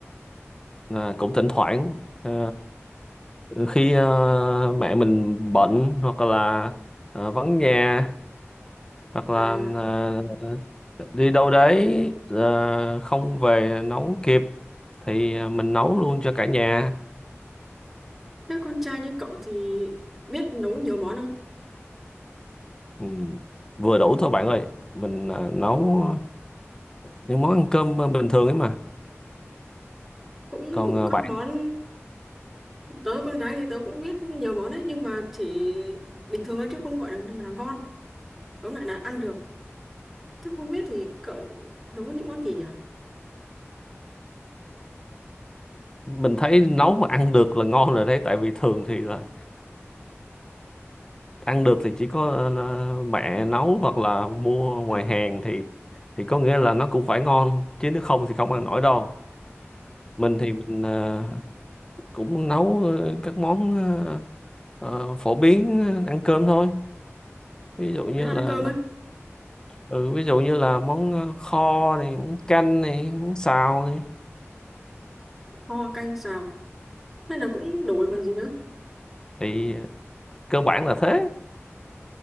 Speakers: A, on the left; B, in the centre.
A: à, cũng thỉnh thoảng à, khi à, mẹ mình bệnh hoặc là à, vắng nhà hoặc là
B: À,
A: à, đi đâu đấy à, không về nấu kịp thì à, mình nấu luôn cho cả nhà.
B: thế con trai như cậu thì biết nấu nhiều món không?
A: Ừ, vừa đủ thôi bạn ơi, mình à, nấu những món ăn cơm bình thường ấy mà.
B: Cũng
A: Còn
B: đủ
A: à,
B: các
A: bạn,
B: món, tớ con gái thì tớ cũng biết nhiều món đấy nhưng mà chỉ bình thường thôi chứ không gọi là, là ngon, tóm lại là ăn được. Thế không biết thì cậu nấu những món gì nhỉ?
A: mình thấy nấu mà ăn được là ngon rồi đấy, tại vì thường thì là ăn được thì chỉ có ờ, mẹ nấu hoặc là mua ngoài
B: <laughs>
A: hàng thì thì có nghĩa là nó cũng phải ngon chứ nếu không thì không ăn nổi đâu mình thì mình ờ, cũng nấu ờ, các món ờ, ờ, phổ biến ờ, ăn cơm thôi ví dụ như
B: Bố biết ăn
A: là
B: cơm á,
A: ừ, ví dụ như là món ờ, kho này món canh này món xào này
B: kho canh xào, thế là cũng đủ rồi còn gì nữa.
A: thì cơ bản là thế